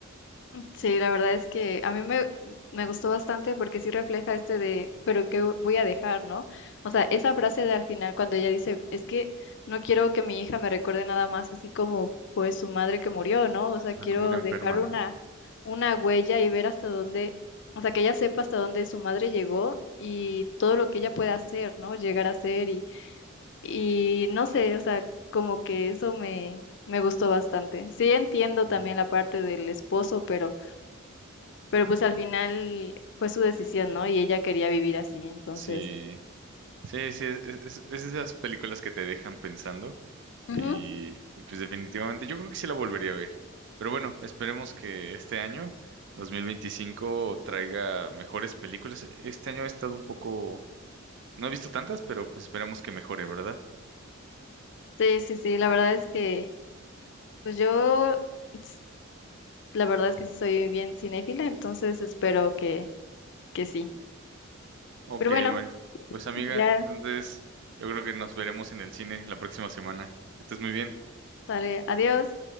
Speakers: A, on the left; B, on the right.
A: Sí, la verdad es que a mí me, me gustó bastante porque sí refleja este de, pero ¿qué vo- voy a dejar, no? O sea, esa frase de al final cuando ella dice, es que no quiero que mi hija me recuerde nada más así como pues su madre que murió, ¿no? O sea,
B: Ah,
A: quiero
B: como una enferma,
A: dejar una,
B: ¿no?
A: una huella y ver hasta dónde, o sea, que ella sepa hasta dónde su madre llegó y todo lo que ella pueda hacer, ¿no? Llegar a ser y, y no sé, o sea, como que eso me, me gustó bastante. Sí entiendo
B: Sí,
A: también la parte del esposo, pero... Pero pues al final fue su decisión, ¿no? Y ella quería vivir así, entonces.
B: sí, sí, sí, es, es- es esas películas que te dejan pensando
A: ujú.
B: Y, y, pues definitivamente yo creo que sí la volvería a ver. Pero bueno, esperemos que este año, 2025 traiga mejores películas. Este año he estado un poco, no he visto tantas, pero pues esperemos que mejore, ¿verdad?
A: Sí, sí, sí, la verdad es que, pues yo, s- la verdad es que sí soy bien cinéfila, entonces espero que, que sí.
B: Ok,
A: Pero bueno,
B: bueno. Pues amiga,
A: ya,
B: entonces yo creo que nos veremos en el cine la próxima semana. Que Estés muy bien.
A: sale, adiós.